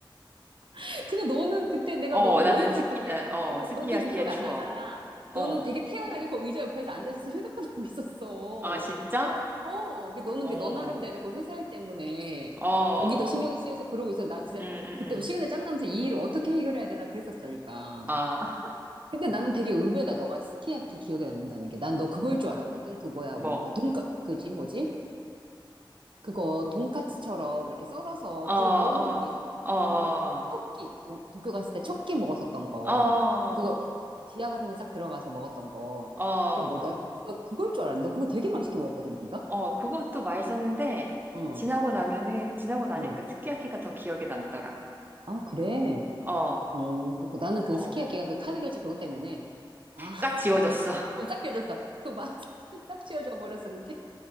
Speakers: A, on the right; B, on the right.
A: <laughs> 근데 너는 그때 내가
B: 어,
A: 너무
B: 나는
A: 어이없었던
B: 스키,
A: 게,
B: 나- 어,
A: 너,
B: 스키야키의
A: 너, 너 지금 기억
B: 추억.
A: 안 나잖아. 너는
B: 어,
A: 되게 태연하게 그 의자 옆에서 앉아있어서 휴대폰 <laughs> 하고 있었어.
B: 아, 진짜?
A: 어, 그 너는
B: 어,
A: 그 너 나름대로 그 회사일 때문에
B: 어,
A: 거기 더 신경이 쓰여서 그러고 있어. 나 진짜
B: 음, 음,
A: 그때
B: 음.
A: 뭐 시간에 짱 나면서 이 일을 어떻게 해결해야 되나 그랬었다니까.
B: 아,
A: 근데 나는 되게 의외다. 너가 스키야키 기억에 남는다는 게. 난 너 그걸 줄 알았거든. 그
B: <laughs>
A: 뭐야, 우리
B: 뭐,
A: 돈까 그지 뭐지? 그거 돈까츠처럼 이렇게 썰어서
B: 어, 어,
A: 불에 구워 먹는 거 있었잖아.
B: 어,
A: 우리 첫 끼, 도, 도쿄 갔을 때 첫 끼 먹었었던 거.
B: 어, 어,
A: 그거 또 이렇게 지하 같은 데 싹 들어가서 먹었던 거.
B: 어,
A: 그게 뭐다? 너 그걸 줄 알았는데. 너 그거 되게 맛있게 먹었거든, 네가?
B: 어, 그것도 맛있었는데,
A: 응,
B: 지나고 나면은, 지나고 나니까
A: 응.
B: 스키야키가 더 기억에 남더라.
A: 아, 그래.
B: 어,
A: 음, 그렇고 나는 그
B: 어,
A: 스키야키가 그 카드 결제 그것 때문에 아, <laughs>
B: 딱 지워졌어.
A: 어,
B: <laughs>
A: 싹 지워졌어. 그 맛 <laughs> 싹 지워져 버렸어. 그게.